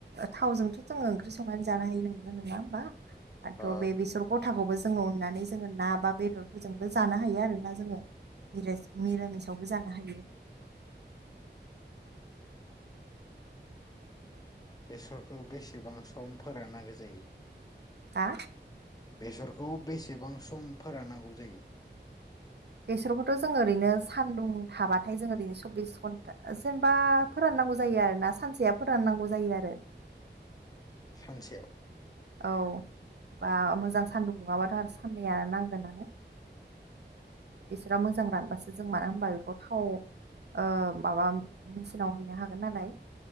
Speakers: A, on the right (about 65°); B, on the left (about 20°).
A: थावजोंथ' जोङो ओंख्रि संनानै जानो हायो नंगौना नङा होमबा आथ'
B: ओ
A: बे बेसर ग थाखौबो जोङो उननानै जोङो ना बा बेदरफोरजोंबो जानो हायो आरोना जोङो मिरास मिरामिसावबो जानो हायो
B: <inaudible> बेसरखौ बेसेबां सम फोराननांगौ जायो
A: हा
B: बेसरखौ बेसेबां सम फोराननांगौ जायो
A: बेसरखौथ' जों ओरैनो सान्दुं थाबाथाय जों बिनि सब्बिस घन्टा जेनेबा फोराननांगौ जायो आरोना सानसेया फोराननांगौ जायो आरो
B: सानसेयाव
A: औ बा मोजां सान्दुं दुङाबाथ' आरो साननैया नांगोनानो बिसोरा मोजां रानबासो जों मानो होमबा बेखौ थाव ओ माबा मिचिनाव हैनो हागोन नालाय।